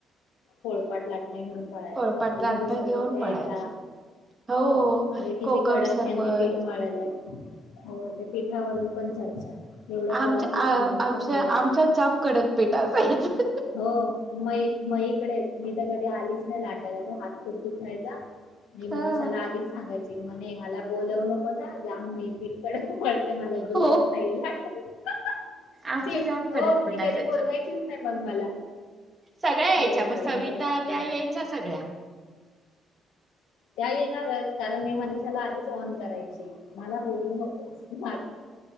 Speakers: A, on the left; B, on the right.
A: पोळपाट लाटणे घेऊन पळायचं,
B: पोळपाट
A: लिंबू
B: लाटणं
A: सरबत
B: घेऊन
A: पिळायचा
B: पळायचं हो
A: अरे किती
B: कोकम
A: कडक,
B: सरबत
A: ह्यानी पीठ माळलय हो, ते पीठावरून पण चर्चा एवढं
B: आमच्या,
A: कडक पीठ
B: आ
A: मळलंय
B: आमच्या
A: कसं लाटून
B: आमच्यात जाम कडक बेटा <unintelligible>
A: हो, म मईकडे मी तर कधी आलीच नाही लाटायला, ते हात खूप दुखायचा मी मनीषाला
B: हा.
A: आधिक सांगायचे, म्हणे मला बोलवू नकोस हा, जा <unintelligible> कडक मळते <unintelligible> मला जोरच
B: हो
A: न्हाई <unintelligible>
B: आमचं
A: ते
B: जाम
A: हो,
B: कडक पीठ
A: ती
B: असायचं.
A: कधी बोलवायचीच नाही मग मला.
B: सगळ्या यायच्या,
A: हो
B: मग
A: भयंकर
B: सविता
A: बापरे.
B: त्या यायच्या सगळ्या.
A: त्या येणारच, कारण मी मनषाला आधीच ऑन करायची, मला बोलू नको म